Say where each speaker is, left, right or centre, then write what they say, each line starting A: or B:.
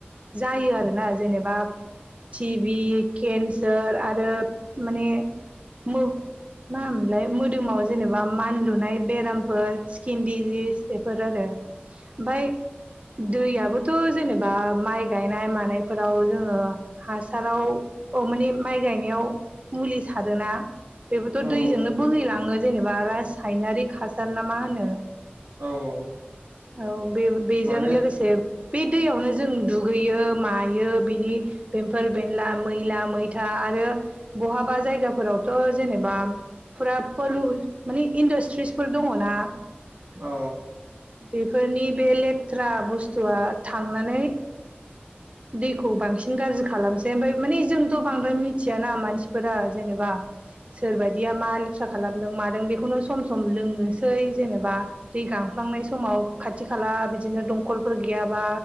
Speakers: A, on the right; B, on the right.
A: जायो आरोना जेनेबा टिभि केन्सार आरो माने मो मा होनोमोनलाय मोदोमाव जेनेबा मानलुनाय बेरामफोर स्किन डिजिस बेफोर आरो ओमफ्राय दैयाबोथ' जेनेबा माइ गायनाय मानायफोराव जोङो हासाराव माने माइ गायनायाव मुलि सारोना बेबोथ'
B: औ
A: दैजोंनो बोहैलाङो जेनेबा रासायनारि हासार ना मा होनो
B: औ औ
A: औ बे बेजों
B: माने
A: लोगोसे बे दैयावनो जों दुगैयो मायो बिनि बेमफोर बेनला मैला मैथा आरो बहाबा जायगाफोरावथ' जेनेबा फुरा पलु माने इदारट्रि फोर दङना
B: औ
A: बेफोरनि बे लेथ्रा बुस्थुआ थांनानै दैखौ बांसिन गाज्रि खालामसै ओमफ्राय माने जोंथ' बांद्राय मिथियाना मानसिफोरा जेनेबा सोरबदिया मा लेथ्रा खालामदों मादों बेखौनो सम सम लोंनोसै जेनेबा दै गां गांनाय समाव खाथि खाला बिदि बिदिनो दंखलफोर गैयाबा